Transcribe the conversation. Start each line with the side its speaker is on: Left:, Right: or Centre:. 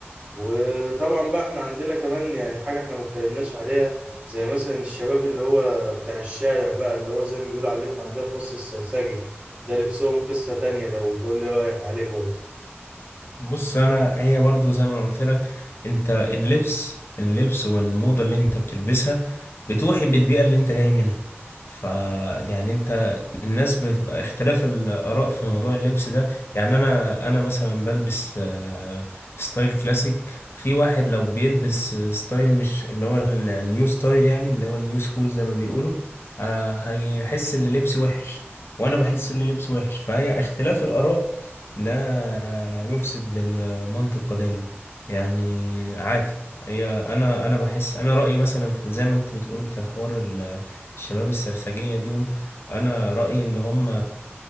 Right: وطبعا بقى احنا عندنا كمان يعني حاجة احنا ما اتكلمناش عليها زي مثلا الشباب اللي هو بتاع الشارع بقى اللي هو زي ما بيقولوا عليه في عندنا في مصر السرسجي ده لبسهم قصة تانية لو تقول لي رأيك عليه برضه
Left: بص انا هي برضو زي ما أنا قلت لك انت اللبس اللبس والموضة اللي انت بتلبسها بتوحي بالبيئة اللي انت جاي منها ف يعني انت الناس بتبقى اختلاف الآراء في موضوع اللبس ده يعني انا انا مثلا بلبس آه، ستايل كلاسيك في واحد لو بيلبس آه، ستايل مش اللي هو ال- النيو ستايل يعني اللي هو النيو سكول زي ما بيقولوا آه، هيحس ان لبسي وحش وانا بحس ان لبسي وحش فهي اختلاف الآراء لا يفسد للمنطق قضية يعني عادي هي انا انا بحس انا رأيي مثلا في زي ما انت بتقول في حوار ال- الشباب السرسجية دي انا رأيي اللي هم